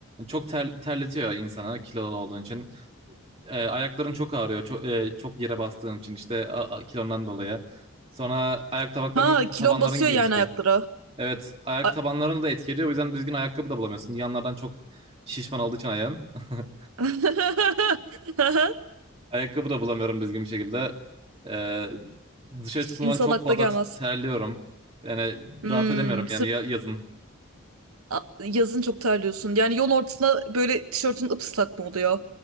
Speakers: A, on the right; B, on the right.
A: çok ter terletiyor insana kilolu olduğun için. E, ayakların çok ağrıyor. Çok, e, çok yere bastığın için işte a, a- kilondan dolayı. Sonra ayak tabakların
B: Ha kilon
A: tabanların
B: basıyor
A: genişliği.
B: yani ayaklara.
A: Evet, ayak
B: A-
A: tabanlarını da etkiliyor. O yüzden düzgün ayakkabı da bulamıyorsun. Yanlardan çok şişman olduğu için ayağın. <laughs>
B: <laughs>
A: Ayakkabı da bulamıyorum düzgün bir şekilde. E, dışarı çıktığım
B: İnsan
A: zaman çok
B: akla
A: fazla
B: gelmez.
A: t- terliyorum. Yani
B: Hmm,
A: rahat edemiyorum yani ya- yazın.
B: A- Yazın çok terliyorsun. Yani yol ortasında böyle tişörtün ıslak mı oluyor?